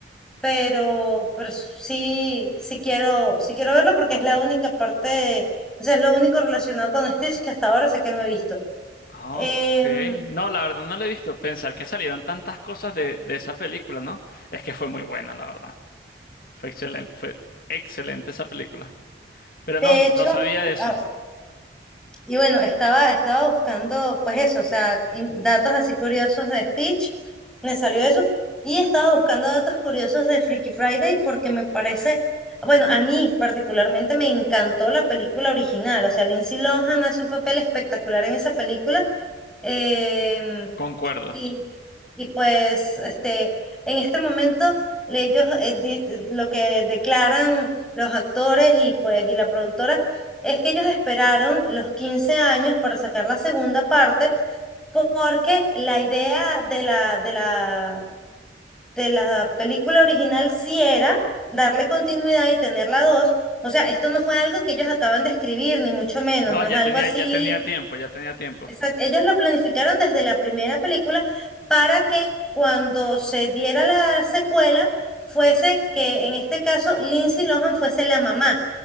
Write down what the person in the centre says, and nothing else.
pero, pero sí, sí quiero, sí quiero verla porque es la única parte, de- o sea, es lo único relacionado con Stitch que hasta ahora sé que no he visto.
Em,
de
hecho,
ah, y bueno, estaba, estaba buscando, pues eso, o sea, in- datos así curiosos de Stitch, me salió eso, y estaba buscando datos curiosos de Freaky Friday porque me parece... Bueno, a mí particularmente me encantó la película original, o sea, Lindsay Lohan hace un papel espectacular en esa película, em,
Y, y pues este, en este momento ellos eh, di- lo que declaran los actores y pues y la productora es que ellos esperaron los 15 años para sacar la segunda parte porque la idea de la, de la, de la película original sí era darle continuidad y tener la dos. O sea, esto no fue algo que ellos acaban de escribir, ni mucho menos,
no
es algo
así
Exacto. Ellos lo planificaron desde la primera película para que cuando se diera la secuela fuese que en este caso Lindsay Lohan fuese la mamá.